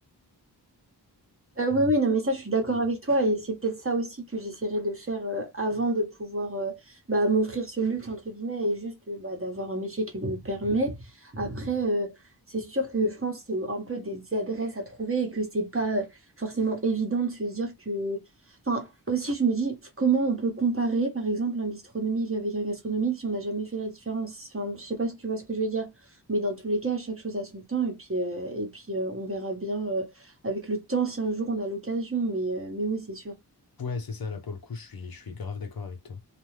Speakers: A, on the right; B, on the left.
A: Euh,
B: Mais-
A: oui, oui, non, mais ça, je suis d'accord avec toi et c'est peut-être ça aussi que j'essaierai de faire euh, avant de pouvoir euh, bah, m'offrir ce luxe, entre guillemets, et juste euh, bah, d'avoir un métier qui me le permet. Après, euh, c'est sûr que je pense que c'est un peu des adresses à trouver et que c'est pas euh, forcément évident de se dire que... Enfin, aussi, je me dis comment on peut comparer, par exemple, un bistronomique avec un gastronomique si on n'a jamais fait la différence. Enfin, je sais pas si tu vois ce que je veux dire, mais dans tous les cas, chaque chose a son temps et puis, euh, et puis euh, on verra bien. euh, avec le temps si un jour on a l'occasion. Mais, euh, mais oui, c'est sûr.
B: Ouais, c'est ça, là pour le coup, je suis, je suis grave d'accord avec toi.